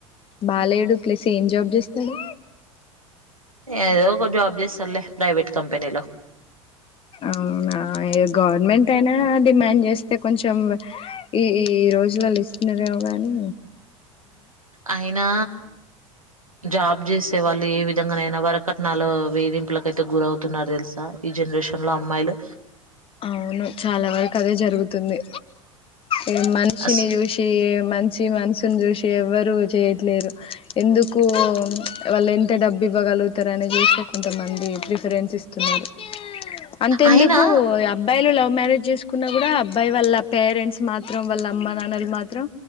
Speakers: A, on the left (about 30°); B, on the right (about 85°).
A: బాలేడు. ప్లస్ ఏం జాబ్ చేస్తాడు.
B: ఏదో ఒక జాబ్ చేస్తడ్లే ప్రైవేట్ కంపెనీలో
A: అవునా ఎ గవర్నమెంట్ అయినా డిమాండ్ చేస్తే కొంచెం ఈ ఈ రోజుల లిస్తదేవోగాని
B: అయినా జాబ్ చేసే వాళ్ళు ఏ విధ ధంగా నైనా వర కట్నాలు వేధింపులకైతే గురవుతున్నారు తెలుసా ఈ జనరేషన్లో అమ్మాయిలు
A: అవును చాలా వరకు అదే జరుగుతుంది. ఎ మనిషిని
B: అస్
A: చూసి మంచి మనసును చూసి ఎవరు చేయట్లేరు. ఎందుకు వాళ్ళు ఎంత డబ్బి ఇవ్వగలుగుతారు. అనే చూస్తే కొంతమంది ప్రిఫరెన్స్ ఇస్తున్నారు. అంతేెందుకు
B: అయినా
A: యా లవ్ మ్యారేజ్ చేసుకున్న కూడా అబ్బాయి వాళ్ళ పేరెంట్స్ మాత్రం వాళ్ళ అమ్మ నాన్నలు మాత్రం